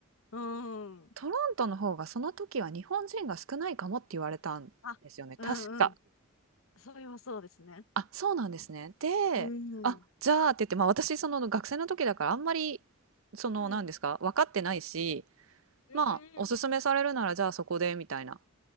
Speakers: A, on the left (about 70°); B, on the right (about 70°).
A: ん。
B: トロントの方がその時は日本人が少ないかもって言われたんですよね、
A: あ、
B: 確か。
A: うんうん。それはそうですね。
B: あ、そうなんですね。で、
A: うん。うん。
B: あ、じゃあって言って、ま、私その学生の時だからあんまり、その、
A: うん
B: なんですか、分かってないし、
A: うん。
B: まあ、お勧めされるならじゃあそこでみたいな